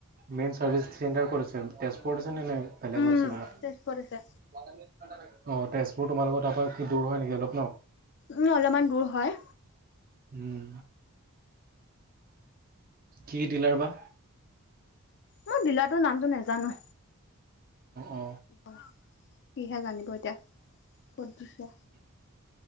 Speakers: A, on the right (about 40°); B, on the left (about 55°).
A: মেইন চাৰ্ভিছ চেণ্টাৰ কত আছে তেজপুৰত আছে?
B: উম, তেজপুৰত
A: <unintelligible>
B: আছে।
A: অহ তেজপুৰ তোমালোকৰ তাৰ পৰা কি অলপ দূৰ হয় নেকি নহ?
B: উম, অলপমান দূৰ হয়।
A: উম কি ডিলাৰ বা
B: মই ডিলাটোৰ নামটো নেজানো।
A: অ
B: অহ, সি হে জানিব এতিয়া ক'ত দিছে